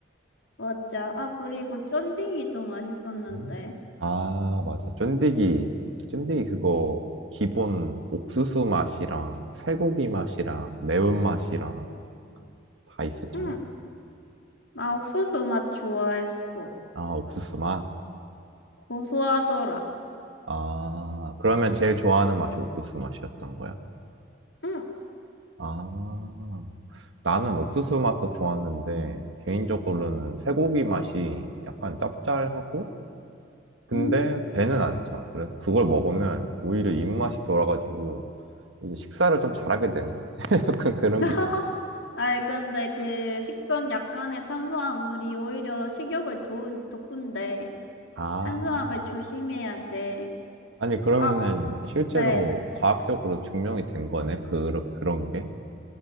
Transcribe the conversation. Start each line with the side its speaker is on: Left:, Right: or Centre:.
Left: 맞아. 아, 그리고 쫀디기도 맛있었는데.
Right: 음. 아, 맞아. 쫀디기. 쫀디기 그거 기본 옥수수 맛이랑 쇠고기 맛이랑 매운맛이랑 다 있었잖아.
Left: 응, 나 옥수수 맛 좋아했어.
Right: 아, 옥수수 맛?
Left: 고소하더라.
Right: 아, 그러면 제일 좋아하는 맛이 옥수수 맛이었던 거야?
Left: 응.
Right: 아, 나는 옥수수 맛도 좋았는데 개인적으로는 쇠고기 맛이 약간 짭짤하고 근데
Left: 음.
Right: 배는 안 차. 그래서 그걸 먹으면 오히려 입맛이 돌아가지고 이제 식사를 좀 잘하게 되는? <laughs> 약간 그런
Left: <laughs>
Right: 게
Left: 아이, 근데 그 식전 약간의 탄수화물이 오히려 식욕을 도운, 돋군데.
Right: 아,
Left: 탄수화물 조심해야 돼.
Right: 아니, 그러면은
Left: 아,
Right: 실제로
Left: 네.
Right: 과학적으로 증명이 된 거네? 그, 그런 게?